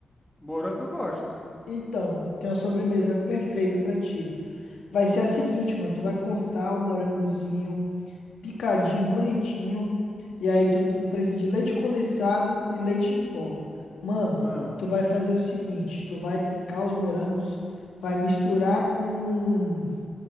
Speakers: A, in the centre; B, on the left.
A: morango eu gosto.
B: Então, mano, tem uma sobremesa perfeita pra ti. Vai ser a seguinte, mano. Tu vai cortar o morangozinho, picadinho, bonitinho. E aí tu, tu precisa de leite condensado e leite em pó. Mano,
A: Ah,
B: tu vai fazer o seguinte. Tu vai picar os morangos, vai misturar com,